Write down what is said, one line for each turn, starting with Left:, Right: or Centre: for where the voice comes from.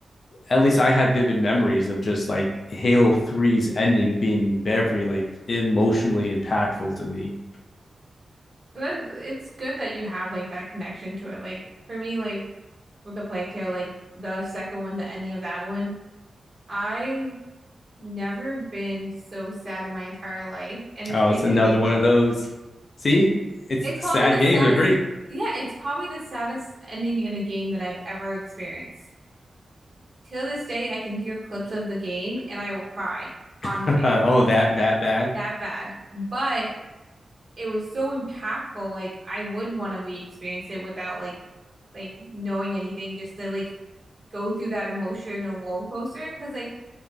Left: at least I have vivid memories of just like Halo Three's ending being very like emotionally impactful to me.
Right: But that it's good that you have like that connection to it. Like for me, like with the Plague Tale, like the second one, the ending of that one, I never been so sad in my entire life. And it's
Left: Oh,
Right: crazy
Left: it's another
Right: to think
Left: one
Right: like
Left: of those. See, it's
Right: It's probably
Left: sad
Right: the saddest,
Left: games are great.
Right: yeah, it's probably the saddest ending in a game that I've ever experienced. Till this day, I can hear clips of the game and I will cry on
Left: <laughs>
Right: demand.
Left: oh, that that bad.
Right: That bad. But it was so impactful. Like I would want to re-experience it without like like knowing anything, just to like go through that emotional roller coaster. Because like